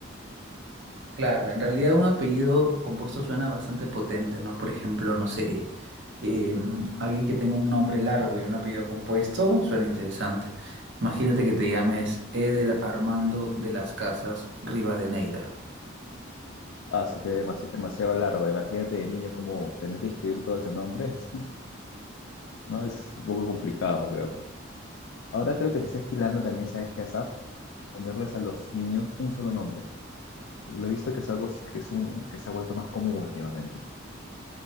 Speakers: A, on the right (about 60°); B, on the left (about 75°).
A: Claro, en realidad un apellido compuesto suena bastante potente, ¿no? Por ejemplo, no sé, em, alguien que tenga un nombre largo y un apellido compuesto suena interesante. Imagínate que te llames Eder Armando de las Casas Rivadeneira.
B: Ah, eso que es demasi- demasiado largo. Imagínate de niño como tener que escribir todos esos nombres <laughs> ¿no? Es un poco complicado, creo. Ahora creo que se está estilando también, ¿sabes qué, ASAP? Ponerles a los niños un solo nombre. Lo he visto que es algo que, es un, que se ha vuelto más común últimamente.